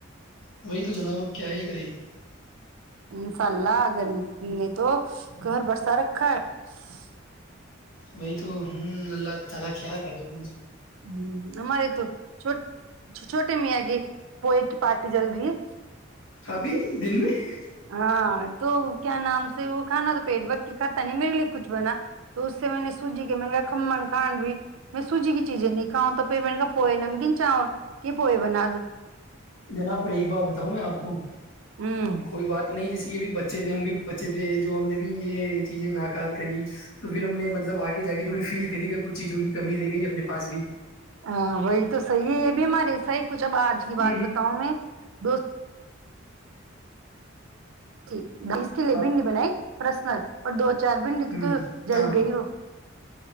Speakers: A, on the left (about 70°); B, on the right (about 80°).
A: وہی تو جناب اب کیا ہی کری <unintelligible>
B: انشاء اللہگررمی نے تو گھر برسا رکھا ہے <unintelligible>
A: وہی تو ہوں اللہ <inaudible> تالا کیا کر ہو <inaudible>
B: ہ ہمماری تو چ چھوٹیے مں گی <unintelligible> پئے کی پارٹی جلدی <unintelligible>
A: ابھی دن میں <unintelligible>
B: ہاں ا <unintelligible> کیا نام سے وہ کھانا تو پیٹ بھر کے کھاتا نہیں میرے لیے کچھ بنا تو اس سے میں نے سوجی کے میں نے کھمن کان بھی میں سوجی کی چیزیں نہیں کھاؤں تو پھر میں نے کہ پوئے نمکین چاول کی پوئے بنا دو
A: جناب پر ایک بار بتاؤں میں آپ کو <inaudible>
B: ہوں
A: کوئی بات نہیں جس یہ بھی بچے تھ ہم بھی بچے تھ جو ہم نے بھی یہ چیزیں ناکار کری تو پھر ہم نے مطلب آگے جا کے تھوڑی فیل ری کا کچھ چیزوں کی کمی رہ گئی اپنے پاس بھی
B: ہاں وہی تو صحیح یہ بھی ہمارےسح کچھ اب آج کی
A: ہ ہ
B: بات بتاؤں میں دو جیھ اس کے لیے
A: ہ ہاں
B: بنڈی بنائی پرسنک اور دو <unintelligible> چار بنڈی
A: ہ
B: تھی تو جلد
A: ہاں
B: گئی وہ